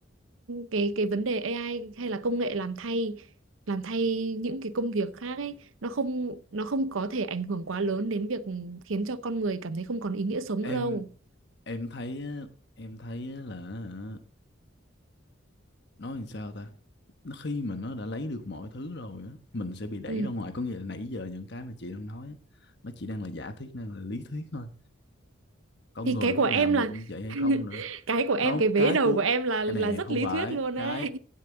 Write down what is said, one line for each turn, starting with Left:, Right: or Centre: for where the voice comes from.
Right: cái cái vấn đề AI hay là công nghệ làm thay làm thay những cái công việc khác ấy nó không nó không có thể ảnh hưởng quá lớn đến việc khiến cho con người cảm thấy không còn ý nghĩa sống
Left: em
Right: nữa đâu
Left: em thấy á, em thấy á là hả, nói làm sao ta nó khi mà nó đã lấy được mọi thứ rồi á mình sẽ bị đẩy
Right: ừ.
Left: ra ngoài có nghĩa là nãy giờ những cái mà chị đang nói á, nó chỉ đang là giả thuyết đang là lý thuyết thôi con
Right: thì
Left: người
Right: cái
Left: có
Right: của em
Left: làm
Right: là
Left: được như vậy
Right: <laughs>
Left: hay không nữa
Right: cái của em
Left: không
Right: cái vế
Left: cái
Right: đầu
Left: của
Right: của em là là
Left: cái này
Right: rất
Left: không
Right: lý
Left: phải
Right: thuyết luôn ấy
Left: cái